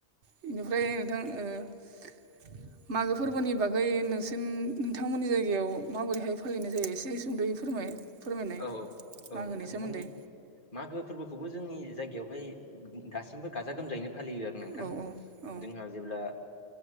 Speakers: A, on the right; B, on the left.
A: बेनिफ्राय नोंथां ओ मागो फोरबोनि बागै नोंसि नोंथांमोननि जायगायाव माबोरैहाय फालिनाय जायो? एसे सुंदै फोराय - फोरमायनाय
B: औ औ
A: मागोनि
B: नोंथां
A: सोमोन्दै।
B: जोंनि मागो फोरबोखौबो जोंनि जायगायावहाय, दासिमबो गाजा-गोमजायैनो फालियो आरो नोंथां।
A: औ औ औ
B: जोंहा जेब्ला,